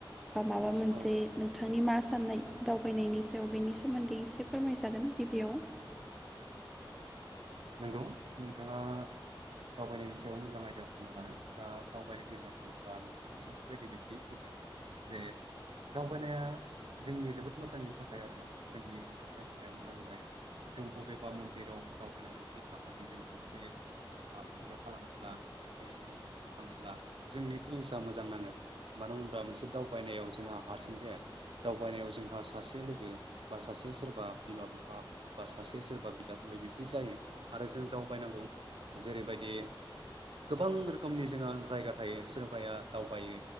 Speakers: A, in the centre; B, on the right (about 75°).
A: बा माबा मोनसे
B: औ
A: नोंथांनि मा साननाय दावबायनायनि सायाव बेनि सोमोन्दै एसे फोरमायजागोन गिबियाव
B: नंगौ नोंथाङा दावबायनायनि सायाव मोजां आयदिया बुंनो लादों दा दावबायनाय होनना बुङोब्ला नोंथांनि सोंथि बायदि बिब्दि फिन्नाय होनो हायो जे दावबायनाया जोंनि जोबोद मोजांनि थाखाय आरोना जोंनि साननाय हनाया मोजां जायो जों बबेबा मन्दिराव द दावबायनानै जुदि थांनानै जोङो मोनसे फुजा खालामोब्ला बायसिनाव थाङोब्ला जोंनि फिलिंस मोजां नाङो मानो होनोबा मोनसे दावबायनायाव जोंहा हारसिं जाया दावबायनायाव जोंहा सासे लोगो बा सासे सोरबा बिमा बिफा बा सासे सोरबा बिदा फंबाय बि बिदि जायो आरो जों दावबायनांगौ जेरैबायदि गोबां रोखोमनि जोंहा जायगा थायो सोरबाया दावबायो